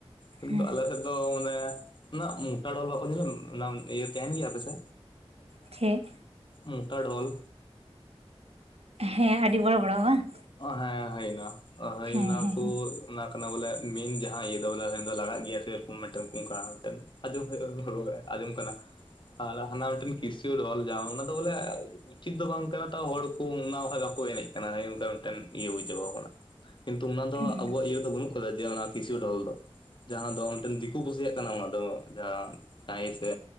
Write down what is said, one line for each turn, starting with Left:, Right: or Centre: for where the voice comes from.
Left: ᱠᱤᱱᱛᱩ
Right: ᱦᱮᱸ
Left: ᱟᱞᱮ ᱥᱮᱫ ᱫᱚ ᱢᱟᱱᱮ ᱱᱟᱜ ᱢᱚᱴᱟ ᱰᱚᱞ ᱵᱟᱠᱚ ᱧᱮᱞᱟ, ᱚᱱᱟ ᱤᱭᱟ. ᱛᱟᱦᱮᱱ ᱜᱮ ᱟᱯᱮ ᱥᱮ
Right: ᱪᱮᱫ?
Left: ᱢᱚᱴᱟ ᱰᱷᱳᱞ
Right: ᱦᱮᱸ ᱟᱹᱰᱤ ᱵᱚᱲᱚ ᱵᱚᱲᱚ ᱵᱟᱝ?
Left: ᱦᱮᱸ ᱦᱳᱭ ᱚᱱᱟ, ᱦᱳᱭ
Right: ᱦᱮᱸ
Left: ᱚᱱᱟ
Right: ᱦᱮᱸ
Left: ᱠᱚ ᱚᱱᱟ ᱠᱟᱱᱟ ᱵᱚᱞᱮ ᱢᱮᱱ ᱡᱟᱦᱟ ᱤᱭᱟᱹ ᱫᱚ ᱵᱚᱞᱮ ᱫᱚ ᱞᱟᱲᱟᱜ ᱜᱮᱭᱟ ᱥᱮᱨᱚᱠᱚᱢ ᱢᱤᱫᱴᱮᱱ ᱠᱩᱝᱠᱟ ᱢᱤᱫᱴᱮᱱ ᱾ ᱟᱸᱡᱚᱢ ᱦᱩᱭᱩᱜ-ᱟ, ᱟᱸᱡᱚᱢ ᱠᱟᱱᱟ <inaudible> ᱟᱨ ᱦᱟᱱᱟ ᱢᱤᱫᱴᱮᱱ ᱠᱤᱥᱤᱭᱳ ᱰᱷᱚᱞ ᱡᱟᱦᱟ, ᱚᱱᱟ ᱫᱚ ᱵᱚᱞᱮ ᱩᱪᱤᱛ ᱫᱚ ᱵᱟᱝ ᱠᱟᱱᱟ ᱛᱟᱣ ᱦᱚᱲ ᱠᱚ ᱚᱱᱟ ᱵᱟᱠᱷᱟᱱ ᱵᱟᱠᱚ ᱮᱱᱮᱡ ᱠᱟᱱᱟ, ᱦᱳᱭ ᱱᱚᱝᱠᱟ ᱢᱤᱫᱴᱮᱱ ᱤᱭᱟᱹ ᱵᱩᱡᱷᱟᱹᱣ ᱟᱠᱟᱱᱟ ᱾ ᱠᱤᱱᱛᱩ ᱚᱱᱟ ᱫᱚ
Right: ᱦᱮᱸ
Left: ᱟᱵᱚᱣᱟᱜ ᱤᱭᱟᱹ ᱫᱚ ᱵᱟᱹᱱᱩᱜ ᱟᱠᱟᱫᱟ, ᱡᱮ ᱚᱱᱟ ᱠᱤᱥᱤᱭᱩ ᱰᱷᱚᱞ ᱫᱚ᱾ ᱡᱟᱦᱟᱸ ᱫᱚ ᱢᱤᱫᱴᱮᱱ ᱫᱤᱠᱩ ᱯᱩᱥᱤᱭᱟᱜ ᱠᱟᱱᱟ ᱚᱱᱟ ᱫᱚ, ᱡᱟᱦᱟᱸ ᱠᱟᱭ ᱥᱮ